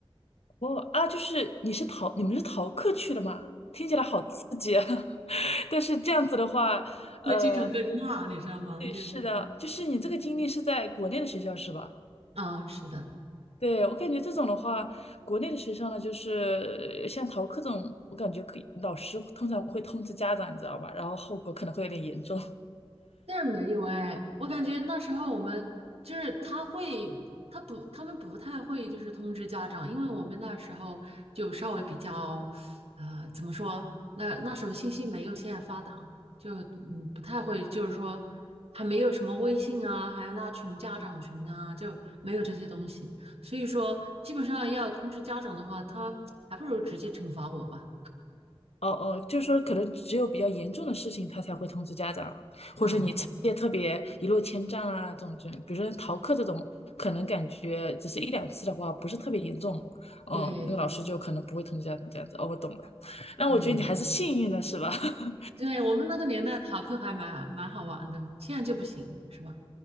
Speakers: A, on the left; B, on the right.
A: 哦啊，就是你是逃，你们是逃课去的吗？听起来好刺激啊！<laughs> 但是这样子的话，
B: <laughs> 会经常被骂，
A: 呃，
B: 你知道吗？
A: 对，
B: 就是，
A: 是的，
B: 嗯嗯，
A: 就是你这个经历是在国内的学校是吧？
B: 啊，是的。
A: 对，我感觉这种的话，国内的学校呢，就是呃像逃课这种，我感觉可以，老师通常会通知家长，你知道吧？然后后果可能会有点严重。
B: 但是没有哎，我感觉那时候我们就是他会，他不，他们不太会就是通知家长，因为我们那时候就稍微比较，呃，怎么说？那那时候信息没有现在发达，就嗯不太会，就是说还没有什么微信啊，还有拉群家长群啊，就没有这些东西，所以说基本上要通知家长的话，他 <tsk> 还不如直接惩罚我吧。
A: 哦哦，就是说可能只有比较严重的事情，他才会通知家长，或者是你成绩特别一落千丈啊这种这，
B: 嗯，
A: 比如说逃课这种，可能感觉只是一两次的话，不是特别严重，嗯，
B: 对
A: 那个老师就可能不会通知家长这样子。哦，我懂了，<laughs> 那我觉得你还是幸运的是吧？
B: 对。
A: <laughs>
B: 对，我们那个年代逃课还蛮蛮好玩的，现在就不行，是吧？